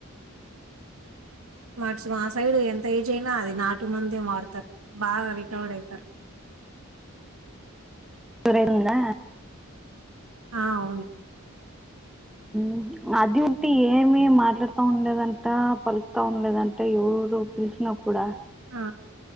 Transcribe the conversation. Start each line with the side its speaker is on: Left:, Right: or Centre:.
Right: మట్స్ మా సైడ్ ఎంత ఏజ్ అయినా అది నాటు మందే వాడతారు బాగా రికవర్డ్ అవుతారు
Centre: రతుందా
Right: ఆ అవును
Centre: మ్ అది ఉంటే ఏమి మాట్లాడుతా ఉండదంట పలుకుతా ఉండదంట ఎవరు పిలిచినా కూడా
Right: ఆ